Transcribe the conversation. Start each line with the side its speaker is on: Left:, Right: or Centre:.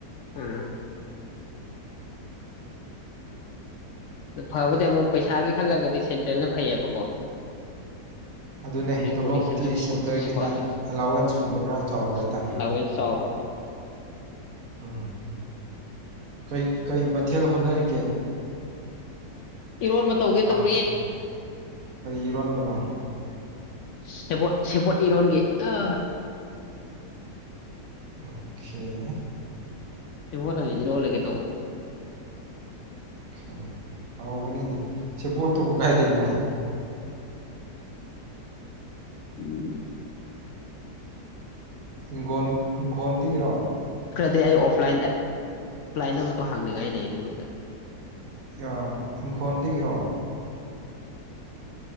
Left: ꯎꯝ ꯑ ꯐꯕꯗꯤ ꯑꯃꯨꯛ ꯄꯩꯁꯥꯒꯤ ꯈꯜꯂꯒꯗꯤ ꯁꯦꯟꯇ꯭ꯔꯦꯜꯅ ꯐꯩꯌꯦꯕꯀꯣ
Right: ꯑꯗꯨꯅꯦ
Left: ꯔꯤꯄꯨꯇꯦꯁꯟꯁꯨ
Right: ꯇꯣꯂꯣꯞꯇꯤ ꯁꯦꯟꯇꯔꯒꯤꯅ
Left: ꯍꯣꯏ
Right: ꯑꯦꯂꯥꯎꯋꯦꯟꯁ ꯐꯨꯝꯕ ꯈꯔ ꯆꯥꯎꯕ ꯍꯥꯏꯇꯥꯔꯦ
Left: ꯑꯦꯂꯥꯎꯋꯦꯟꯁ ꯆꯥꯎꯕ
Right: ꯎꯝ ꯀꯩ ꯀꯩ ꯃꯊꯦꯜ ꯍꯣꯠꯅꯔꯤ
Left: ꯏꯔꯣꯟꯕ ꯇꯧꯒꯦ
Right: ꯑ
Left: ꯇꯧꯔꯤ
Right: ꯀꯔꯤ ꯏꯔꯣꯟꯕꯅꯣ
Left: ꯁꯦꯄꯣꯠ ꯁꯦꯄꯣꯠ ꯏꯔꯣꯟꯣꯟꯒꯤ ꯑ
Right: ꯑꯣꯦ
Left: ꯁꯤ ꯍꯣꯂ ꯔꯣꯑꯣ ꯂꯒꯦ ꯇ
Right: ꯑꯣꯦ ꯍꯥꯎꯒꯅꯤꯅꯦ ꯁꯤ ꯄꯣꯠꯇꯨꯕꯨ ꯀꯥꯏ ꯊꯩꯅꯣ
Left: ꯎꯝ
Right: ꯏꯒꯣꯟ ꯐꯣꯟꯗꯒꯤꯔꯣ
Left: ꯑ ꯑꯩ ꯑꯣꯐꯂꯥꯏꯟꯗ ꯑꯣꯂꯥꯏꯟꯗ ꯑꯃꯇ ꯍꯥꯡꯅꯤꯡꯉꯥꯏ ꯂꯩꯩꯅ ꯅꯣꯏꯗ
Right: ꯑ ꯏꯪꯈꯣꯜꯗꯒꯤꯔꯣ